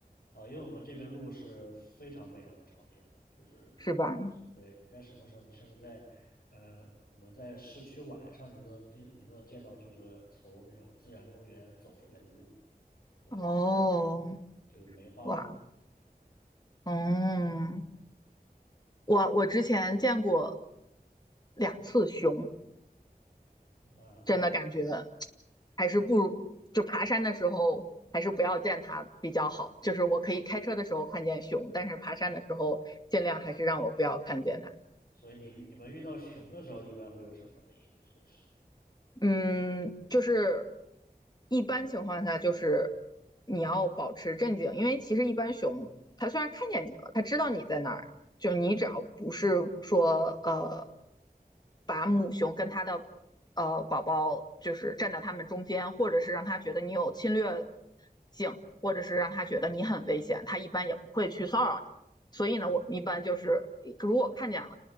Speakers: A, on the left; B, on the left.
A: 啊，因为我们这边鹿是非常非常的常见的，就是
B: 是吧？
A: 是对你在什么时候，你甚至在呃我们在市区晚上，你都能你你都能见到，就是从那种自然公园走出来的鹿，对，
B: 哦，
A: 就梅花鹿。
B: 哇，嗯，我我之前见过两次熊，
A: 那那
B: 真的感觉还是不如就爬山的时候还是不要见它比较好。就是我可以开车的时候看见熊，但是爬山的时候尽量还是让我不要看见它。
A: 所以你你们遇到熊的时候，一般会有什么的应对措施？
B: 嗯，就是一般情况下，就是你要保持镇静，因为其实一般熊它虽然看见你了，它知道你在哪儿，就你只要不是说呃把母熊跟它的呃宝宝就是站在它们中间，或者是让它觉得你有侵略性，或者是让它觉得你很危险，它一般也不会去骚扰你。所以呢，我们一般就是如果看见了，